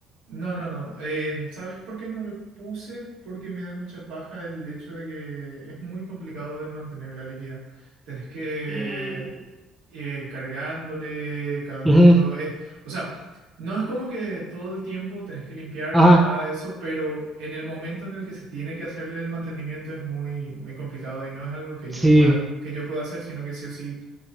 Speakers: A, on the right; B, in the centre.
A: No, no, no. Eh, ¿sabes por qué no le puse? Porque me da mucha paja el hecho de que es muy complicado de mantener la líquida. Tenés que
B: Mm,
A: ir cargándole cada
B: Ujú,
A: tanto. Es, o sea, no es como que todo el tiempo tenés que limpiar
B: Ajá,
A: ni nada de eso, pero en el momento en el que se tiene que hacerle el mantenimiento es muy, muy complicado y no es algo que yo
B: sí,
A: pueda, que yo pueda hacer, sino que sí o sí